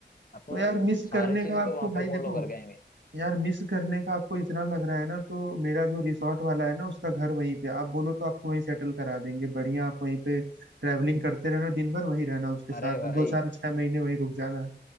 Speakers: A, on the left; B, on the right.
A: अपन
B: तो यार मिस
A: सारी
B: करने का
A: चीज
B: आपको
A: को वहां
B: भाई
A: पे
B: देखो
A: फॉलो कर गएंगे
B: यार मिस करने का आपको इतना लग रहा है ना तो मेरा जो रिसोर्ट वाला है ना उसका घर वहीं पे आप बोलो तो आपको वहीं सेटल करा देंगे बढ़िया आप वहीं पे ट्रैवलिंग करते रहना दिन भर वहीं रहना उसके साथ
A: अरे भाई
B: दो चार छह महीने वहीं रुक जाना